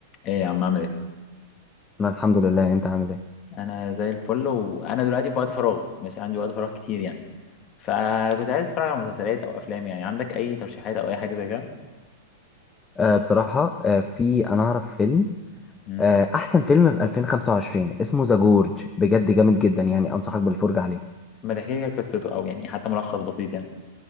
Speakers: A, on the left; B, on the left.
A: ايه يا عم عامل ايه
B: انا الحمد لله انت عامل ايه
A: انا زي الفل وانا دلوقتي في وقت فراغ ماشي عندي وقت فراغ كتير يعني فكنت عايز اتفرج على مسلسلات او افلام يعني عندك اي ترشيحات او اي حاجه زي كده
B: آه بصراحه آه في انا اعرف فيلم
A: امم
B: آه احسن فيلم في 2025 اسمه ذا جورج بجد جامد جدا يعني انصحك بالفرجه عليه
A: ما تحكي لي كده قصته او يعني حتى ملخص بسيط يعني